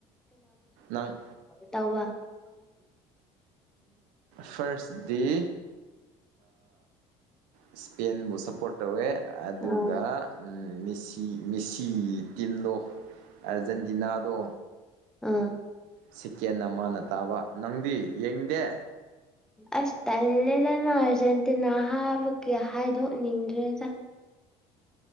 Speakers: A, on the right; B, in the centre.
A: ꯅꯪ
B: ꯇꯥꯎꯕ ꯎꯝ
A: ꯐꯥꯔꯁ ꯗꯗꯤ ꯏꯁꯄꯦꯟꯕꯨ ꯁꯞꯄꯣꯔꯠ ꯇꯧꯋꯦ ꯑꯗꯨꯒ
B: ꯑꯥ
A: ꯁꯤ ꯃꯤꯁꯤ ꯇꯤꯝꯗꯣ ꯑꯥꯔꯖꯦꯟꯇꯤꯅꯥꯗꯣ
B: ꯑꯥ
A: ꯁꯤꯀꯦꯟꯅ ꯃꯥꯅ ꯇꯥꯕ ꯅꯪꯗꯤ ꯌꯦꯡꯗꯦ
B: ꯑꯁ ꯇꯜꯂꯦꯗꯅ ꯑꯥꯔꯖꯦꯟꯇꯤꯅꯥ ꯍꯥꯕꯒꯤ ꯍꯥꯏꯗꯣꯛꯅꯤꯡꯗ꯭ꯔꯦꯗ